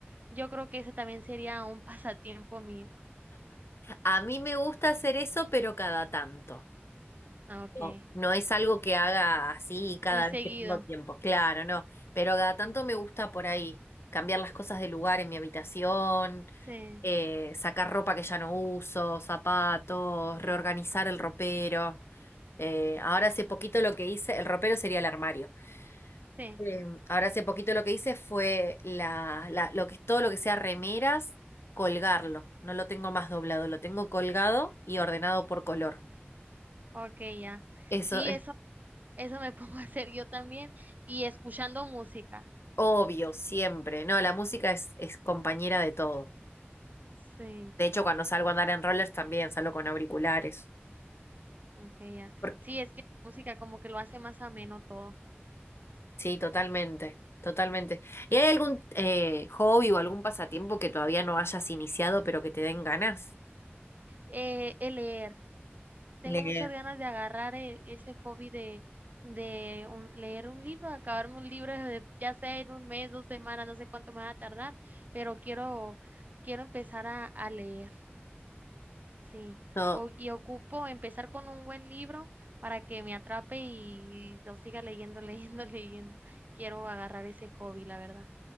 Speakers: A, on the right (about 40°); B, on the left (about 70°).
A: Yo creo que ese también sería un <laughs> pasatiempo mío.
B: A mí me gusta hacer eso, pero cada tanto.
A: Ah, Okay,
B: No, no es algo que haga así cada
A: muy seguido.
B: vez que tengo tiempo, claro, no, pero cada tanto me gusta por ahí cambiar las cosas de lugar en mi habitación,
A: Sí,
B: eh, sacar ropa que ya no uso, zapatos, reorganizar el ropero. Eh, ahora hace poquito lo que hice, el ropero sería el armario.
A: sí,
B: Eh, ahora hace poquito lo que hice fue la, la- lo que, todo lo que sea remeras, colgarlo. No lo tengo más doblado, lo tengo colgado y ordenado por color.
A: okay, ya.
B: eso
A: Sí, eso, eso me <laughs> pongo a hacer yo también y escuchando música.
B: Obvio, siempre. No, la música es, es compañera de todo.
A: Sí,
B: De hecho, cuando salgo a andar en rollers también salgo con auriculares.
A: okay, ya.
B: Porque-
A: Sí, es que la música como que lo hace más ameno todo.
B: sí, totalmente, totalmente. ¿Y hay algún eh, hobby o algún pasatiempo que todavía no hayas iniciado pero que te den ganas?
A: Eh, el leer. Tengo
B: Leer.
A: muchas ganas de agarrar eh, ese hobby de, de un- leer un libro, acabarme un libro, de- ya sea en un mes, dos semanas, no sé cuánto me va a tardar, pero quiero, quiero empezar a, a leer, sí.
B: No,
A: O- y ocupo empezar con un buen libro para que me atrape y lo siga leyendo, <laughs> leyendo, leyendo. Quiero agarrar ese hobby, la verdad.